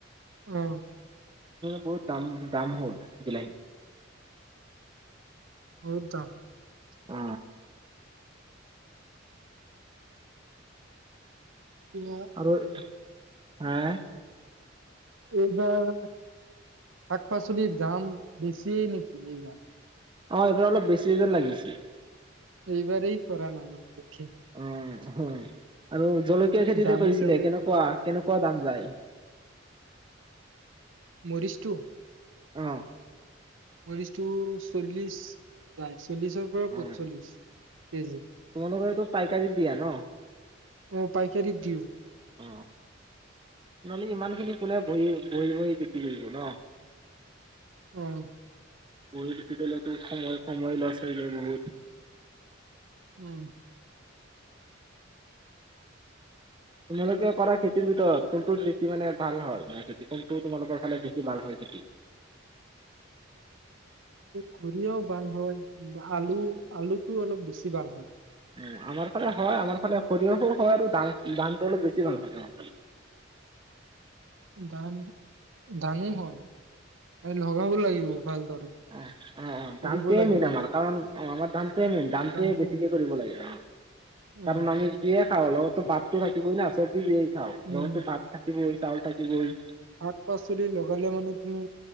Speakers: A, on the right; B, on the right.
A: অহ
B: বহুত দাম দাম হ'ল বিিলাহী
A: <unintelligible>
B: অ
A: এতিয়া
B: <unintelligible> হেহ
A: এইবাৰ শাক পাচলিৰ দাম বেছিয়ে নেকি এইবাৰ
B: অ এইবাৰ অলপ বেছিয়ে যেন লাগিছে
A: এইবাৰেই কৰা নামাজটো
B: অ অহ আৰু জলকীয়াৰ খেতি
A: দামী
B: যে কৰিছিলে
A: লগাই
B: কেনেকুৱা কেনেকুৱা দাম যায়
A: মৰিচ টু
B: অ
A: মৰিচ তু চল্লিশ যায় চল্লিশৰ পৰা
B: অ
A: পচ্ছলিশ কেজি
B: তোমালোকৰতো পাইকাৰীত দিয়া ন
A: অ পাইকাৰিত দিওঁ
B: অ নলী ইমানখিনি কোনে বহি বহি বহি <unintelligible> ন
A: অহ
B: <unintelligible> সময় সময় লছ হৈ যায় বহুত
A: উম
B: তোমালোকে কৰা খেতিৰ ভিতৰত কোনটোত বেছি মানে ভাল হয় মানে খেতি কোনটো তোমালোকৰ ফালে বেছি ভাল হয় খেতি
A: কৰিয়াও ভাল হয় আলু আলুটো অলপ বেছি ভাল হয়
B: উ আমাৰ ফালে হয় আমাৰ ফালে সৰিয়হো হয় আৰু দাম দামটো অলপ বেছি ভাল হয় আমাৰ ফালে
A: ধান ধানো হয় এ লগাব লাগিব ভালদৰে
B: অ অ অ
A: কৰিব
B: দানটোৱে
A: লাগিব
B: মেইিন আমাৰ কাৰণ অ আমাৰ ধানটোৱে মেই দানটোৱে
A: কামটো
B: বেছিকে কৰিব লাগে অ
A: অ
B: কাৰণ <unintelligible> অ লগততো বাততো থাকিবই না <unintelligible> খাও
A: উম
B: লততো ভাত থাকিবই চাউল থাকিবই
A: শাক পাচলি লগালে মানে তুমি